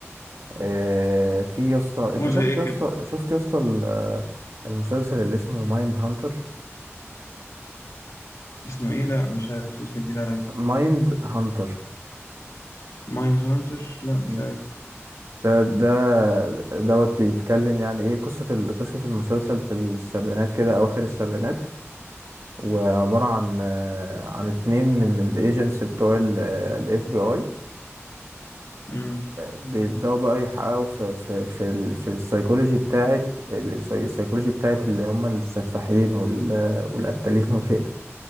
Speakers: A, on the right; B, on the left.
A: آه، في يا اسطى أنت
B: هو
A: شفت
B: زي ايه
A: يا اسطى
B: كده
A: شفت يا اسطى ال- آه، المسلسل اللي اسمه مايند هانتر
B: اسمه ايه لا مش عارف اسم جديد عليا
A: مايند هانتر
B: مايند هانتر لا مش
A: مم.
B: عارف
A: ده ده دوت بيتكلم يعني إيه قصة ال- قصة المسلسل في السبعينات كده أواخر السبعينات وعبارة عن آه، عن اتنين من الايجنتس بتوع الاف بي اي
B: امم
A: بيبدأوا بقى يحققوا في في في ال في السيكولوجي بتاعت السيكولوجي بتاعت اللي هم السفاحين وال- آه، والقتالين <laughs> وكده